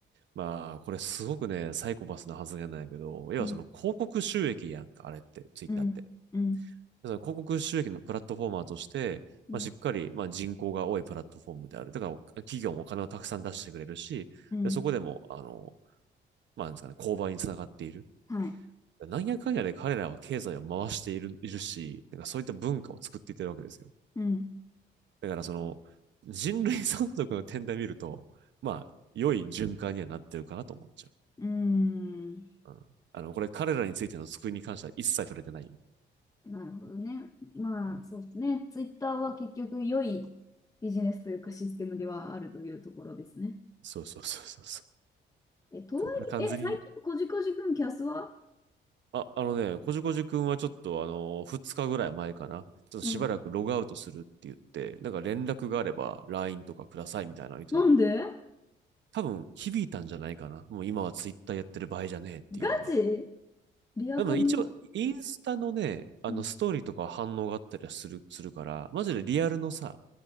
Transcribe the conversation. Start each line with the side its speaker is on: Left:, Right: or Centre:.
Right: まあ、これすごくね、サイコパスな発言なんやけど、要はその広告収益やんか、
Left: うん。
Right: あれって、ツイッターって。
Left: うん。うん。
Right: その広告収益のプラットフォーマーとして、
Left: うん。
Right: まあ、しっかり、まあ、人口が多いプラットフォームである。だから、企業もお金をたくさん出してくれるし、
Left: うん
Right: でそこでも、あの、まあ、なんですかね、購買につながっている。
Left: はい。
Right: なんやかんやで彼らは経済を回している、いるし、なんかそういった文化を作っていってるわけですよ。
Left: うん。
Right: だからその人類存続の点で見ると、まあ、良い循環にはなってるかなと思っちゃ
Left: うーん。
Right: う。うん、あの、これ彼らについての救いに関しては一切触れてないよ。
Left: なるほどね。まあ、
Right: うん、
Left: そうですね。ツイッターは結局良いビジネスというかシステムではあるというところですね。
Right: そうそうそうそうそ
Left: え、とはいえ、
Right: う。これ完全に、
Left: え、最近こじこじくんキャスは
Right: あ、あのね、こじこじくんはちょっとあの、2日ぐらい前かな。ちょっとしばらくログアウトするって言って、
Left: うん。
Right: なんか連絡があれば LINE とかくださいみたいなの言ってたのよ。
Left: なんで
Right: 多分響いたんじゃないかな。もう今はツイッターやってる場合じゃねえっていうのが。
Left: ガチリアカの、
Right: でも一応、インスタのね、あのストーリーとかは反応があったりはする、
Left: うん、
Right: するから、マジでリアルのさ、